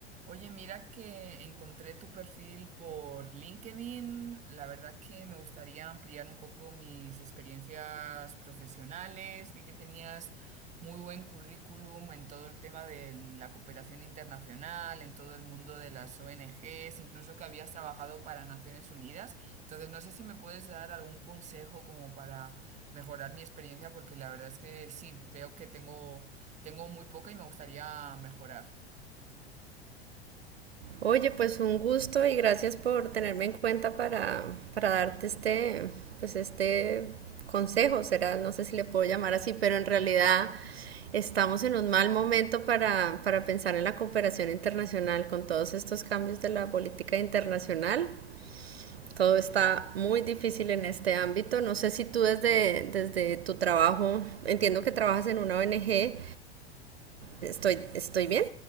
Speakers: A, on the right; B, on the right.
A: Oye, mira que encontré tu perfil por LinkedIn. La verdad que me gustaría ampliar un poco mis experiencias profesionales. Vi que tenías muy buen currículum en todo el tema de la cooperación internacional, en todo el mundo de las ONGs, incluso que habías trabajado para Naciones Unidas. Entonces, no sé si me puedes dar algún consejo como para mejorar mi experiencia, porque la verdad es que sí, veo que tengo, tengo muy poca y me gustaría mejorar.
B: Oye, pues un gusto y gracias por tenerme en cuenta para, para darte este, pues este consejo, será, no sé si le puedo llamar así, pero en realidad estamos en un mal momento para, para pensar en la cooperación internacional con todos estos cambios de la política internacional. Todo está muy difícil en este ámbito. No sé si tú desde, desde tu trabajo, entiendo que trabajas en una ONG, estoy, estoy bien.